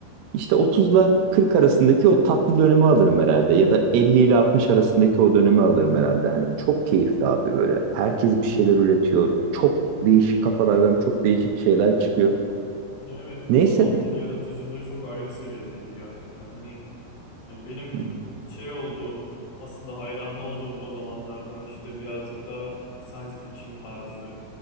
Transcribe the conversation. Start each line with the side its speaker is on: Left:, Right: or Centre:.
Right: İşte 30'la 40 arasındaki o tatlı dönemi alırım herhalde ya da 50 ile 60 arasındaki o dönemi alırım herhalde. Hani çok keyifli abi böyle. Herkes bir şeyler üretiyor. Çok değişik kafalardan çok değişik şeyler çıkıyor.
Left: Ya evet o
Right: Neyse.
Left: zamanın yaratıcılığı çok ayrı seviyedeydi gerçekten. Hani hani benim
Right: Hı
Left: şey olduğum aslında hayran olduğum o zamanlardan işte birazcık daha science fiction tarzı